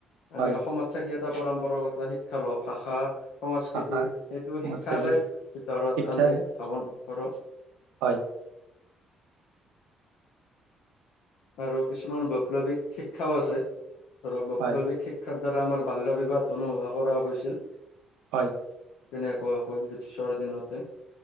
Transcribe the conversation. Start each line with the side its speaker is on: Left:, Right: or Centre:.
Right: হয়
Left: আমি অসমত। থাকি এটা পৰম্পৰাগত শিক্ষা ল ভাষাৰ সংস্কৃতিৰ
Right: ভাষা
Left: সেইটো
Right: সংস্কৃতিৰ
Left: শিক্ষাৰে ভিতৰত
Right: শিক্ষাৰ
Left: আমি ধাৱন কৰোঁ।
Right: হয়।
Left: আৰু কিছুমান বৈপ্লৱিক শিক্ষাও আছে ধৰক বৈপ্লৱিক
Right: হয়,
Left: শিক্ষা। শিক্ষাৰ দ্বাৰা আমাৰ বাল্য বিবাহ অনুভোৱা কৰা গৈছিল।
Right: হয়,
Left: তেনেকুৱৈ ব্ৰিছৰ দিনতে,